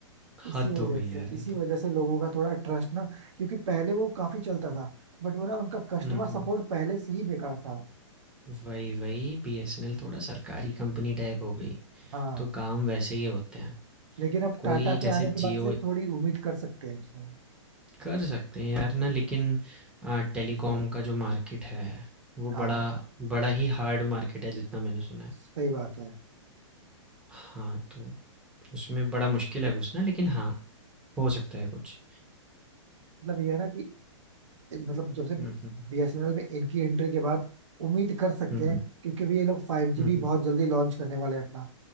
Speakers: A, on the right; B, in the centre.
A: इसी
B: हद
A: वजह
B: हो गई
A: से
B: यार ये
A: इसी
B: तो।
A: वजह से लोगों का थोड़ा ट्रस्ट ना क्योंकि पहले वो काफी चलता था बट वो ना उनका कस्टमर
B: हुँ,
A: सपोर्ट
B: हुँ।
A: पहले से ही बेकार था
B: वही, वही बीएसएनएल थोड़ा सरकारी कंपनी टाइप हो गई।
A: हाँ
B: तो काम वैसे ही होते हैं।
A: लेकिन अब
B: कोई
A: टाटा के
B: जैसे
A: आने
B: जियो
A: के बाद से थोड़ी उम्मीद कर सकते हैं उसमें
B: कर सकते हैं यार ना लेकिन अ, टेलीकॉम का जो मार्केट है वो
A: हाँ
B: बड़ा बड़ा ही हार्ड मार्केट है जितना मैंने सुना है
A: सही बात है
B: हाँ तो उसमें बड़ा मुश्किल है घुसना लेकिन हाँ हो सकता है कुछ
A: मतलब ये है ना कि मतलब जब से
B: हम्म हम्म
A: बीएसएनएल में इनकी एंट्री के बाद उम्मीद कर सकते
B: हम्म हम्म
A: हैं क्योंकि अभी ये लोग फाइव जी
B: हम्म,
A: भी बहुत जल्दी लॉन्च करने वाले हैं अपना